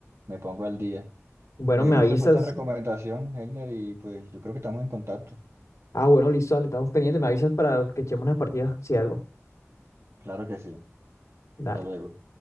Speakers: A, on the right; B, on the left.
A: me pongo al día.
B: Bueno,
A: Eh,
B: me
A: gracias
B: avisas.
A: por esta recomendación, Heiner, y pues yo creo que estamos en contacto.
B: Ah, bueno, listo, dale, estamos pendientes, me avisas para que echemos unas partidas, si algo.
A: Claro que sí,
B: Dale.
A: hasta luego.